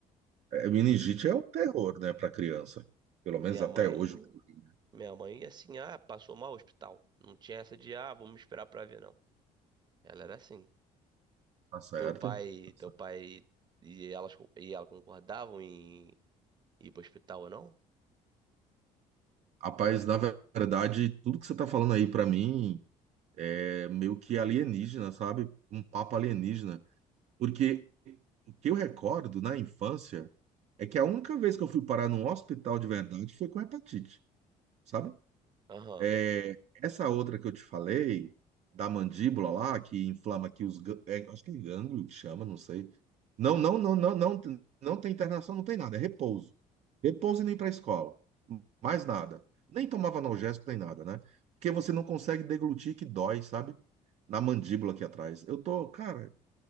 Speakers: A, on the right; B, on the right.
A: é, meningite
B: E
A: é um terror, né, para criança. Pelo
B: minha
A: menos até
B: mãe.
A: hoje o que eu li, né?
B: Minha mãe, assim, ah, passou mal no hospital. Não tinha essa de, ah, vamos esperar pra ver, não. Ela era assim.
A: Tá certo?
B: Teu pai,
A: Tá
B: teu
A: certo.
B: pai e elas e ela concordavam em ir pro hospital ou não?
A: Rapaz, na verdade, tudo que você tá falando aí pra mim é meio que alienígena, sabe? Um papo alienígena. Porque o que eu recordo na infância é que a única vez que eu fui parar num hospital de verdade foi com hepatite, sabe?
B: Aham.
A: É, essa outra que eu te falei, da mandíbula lá, que inflama aqui os. gân- É, acho que é gânglio que chama, não sei. Não, não, não, não, não, não tem internação, não tem nada, é repouso. Repouso e nem para escola. Mais nada. Nem tomava analgésico, nem nada, né? Porque você não consegue deglutir que dói, sabe? Na mandíbula aqui atrás. Eu tô, cara.